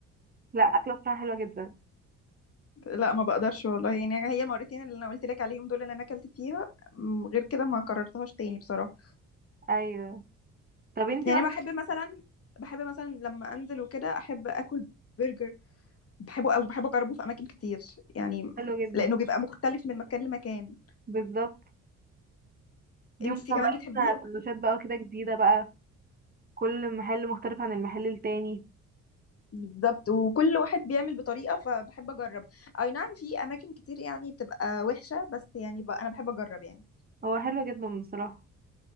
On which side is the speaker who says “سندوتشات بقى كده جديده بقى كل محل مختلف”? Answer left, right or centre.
Right